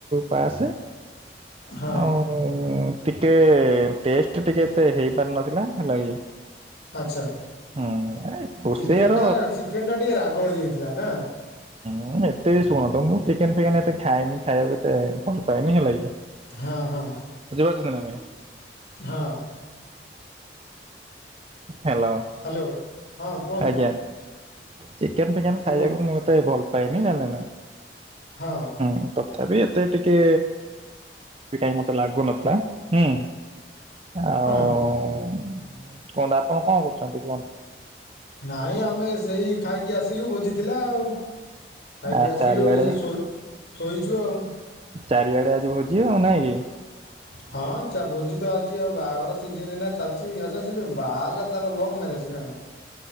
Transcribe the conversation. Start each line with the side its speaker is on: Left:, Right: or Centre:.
Right: ପାଶେ
Left: ହଁ
Right: ଆଉ ଟିକେ ଟେଷ୍ଟ ଟିକେ ଏତେ ହେଇପାରିନଥିଲା ହେଲା କି
Left: ଆଚ୍ଛା,
Right: ହୁଁ ଏ ରୋଷେଇଆର
Left: ଚିକେନ ଟା ଚିକେନ ଟା ଟିକେ ରାଗ ହେଇଯାଇଥିଲା ନା?
Right: ହୁଁ ଏତେ ବି ଶୁଣନ୍ତୁ ମୁଁ ଚିକେନ ଫିକେନ ଏତେ ଖାଏନି ଖାଇବାକୁ କେତେ ଭଲ ପାଏନି ହେଲା କି।
Left: ହଁ ହଁ,
Right: ବୁଝିପାରୁଛନ୍ତି ନା <inaudible>
Left: ହଁ,
Right: ହ୍ୟାଲୋ
Left: ହ୍ୟାଲୋ ହଁ କୁହନ୍ତୁ।
Right: ଆଜ୍ଞା ଚିକେନ ଫିକେନ
Left: କୁହ
Right: ଖାଇବାକୁ ମୁଁ ଏତେ ଭଲ ପାଏନି ନା ନା ନା।
Left: ହଁ
Right: ହୁଁ ତ, ତଥାପି ଏତେ ଟିକେ କାଇଁ ମତେ ଲାଗୁନଥିଲା ହୁଁ। ଆଉ
Left: ହଁ
Right: କୁହନ୍ତୁ ଆପଣ କଣ କରୁଛନ୍ତି କୁହନ୍ତୁ?
Left: ନାଇଁ ଆମେ ସେଇ ଖାଇକି ଆସିଲୁ ଭୋଜିଥିଲା ଆଉ। ଖାଇକି
Right: ଆ
Left: ଆସିଲୁ
Right: ଚାରିଆଡେ
Left: ସେ ଶୋଇ ଶୋଇଛୁ ଆଉ।
Right: ଚାରିଆଡେ ଆଜି ଭୋଜି ଆଉ ନାଇଁ କି।
Left: ହଁ ଭୋଜି ତ ଆଜି ଆଉ ବାହାଘର ସିଜନ ଏଇନା ଚାଲିଛି ଆ ବାହାର ତାର ଲଭ ମ୍ୟାରେଜ ନା ନା,